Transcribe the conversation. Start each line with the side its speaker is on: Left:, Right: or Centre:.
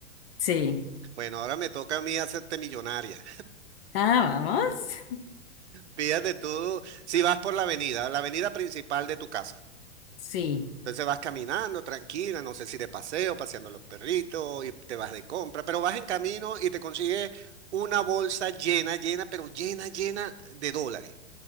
Left: Sí.
Right: Bueno, ahora me toca a mí hacerte millonaria.
Left: Ah, vamos.
Right: Fíjate tú, si vas por la avenida, la avenida principal de tu casa.
Left: Sí,
Right: Entonces vas caminando tranquila, no sé si de paseo, paseando los perritos y te vas de compra, pero vas en camino y te consigues una bolsa llena, llena, pero llena, llena de dólares.